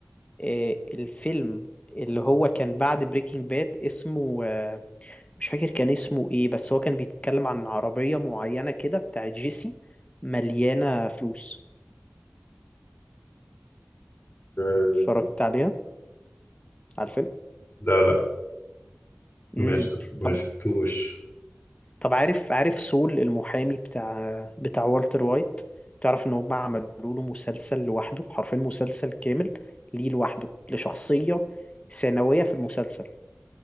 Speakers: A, on the left (about 25°); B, on the left (about 50°).
A: آه، الفيلم اللي هو كان بعد بريكنج باد اسمه آه، مش فاكر كان اسمه ايه بس هو كان بيتكلم عن عربية معينة كده بتاعت جيسي مليانة فلوس
B: آه،
A: اتفرجت عليها على الفيلم
B: لا لا مش
A: امم
B: ما
A: طب
B: شفتوش
A: طب عارف عارف سول المحامي بتاع بتاع والتر وايت تعرف ان هم عملوا له مسلسل لوحده حرفيا مسلسل كامل ليه لوحده لشخصية ثانوية في المسلسل